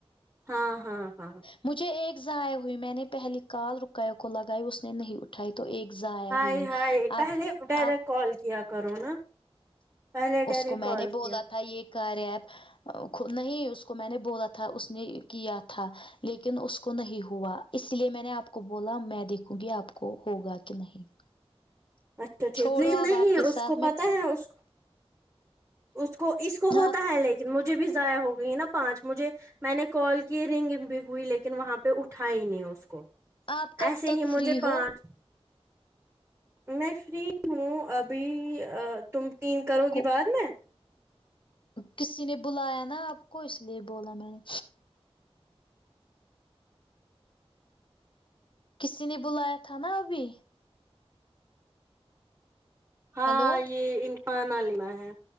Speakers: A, on the right (about 15°); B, on the left (about 55°).
A: ہاں ہاں ہاں
B: مجھے ایک ضائع ہوئی میں نے پہلی کال کے کو لگائی اس نے نہیں اٹھھی اٹھائی تو ایک ضایا
A: ہائے
B: ہوئی
A: ہائے پہلے
B: آپ
A: ڈائریکٹ
B: آپ
A: کال کیا کرو نا پہلے ڈر
B: اس کو میں
A: کال
B: نے بولا
A: کیا
B: تھا یہ کار ایپ نہیں اس کو میں نے بولا تھا اس نے کیا تھا لیکن اس کو نہیں ہوا اس لیے میں نے آپ کو بولا میں دیکھوں گی آپ کو ہوگا کہ نہیں
A: اچھا ٹھیک
B: چھوڑو
A: لیکن
B: اب
A: نہیں
B: آپ کے
A: اس
B: ساتھ
A: کو
B: میں
A: پتہ ہے اس اس کو اس کو ہوتا
B: آپ
A: ہے لائک مجھے بھی ضائع ہو گئی نا پانچ مجھے میں نے کال کی رنگ بھی ہوئی لیکن وہاں پہ اٹھا تھا ہی نہیں اس کو
B: آپ کب
A: ایسے
B: تک
A: ہی
B: فری
A: مجھے
B: ہو
A: پانچ میں فری ہوں ابھی تم تین کرو
B: کو
A: گی بعد میں
B: کسی نے بلایا نا آپ کو اس لیے بولا میں نے کسی نے بلایا تھا نا ابھی
A: ہاں
B: ہیلو
A: یہ انکان لینا ہے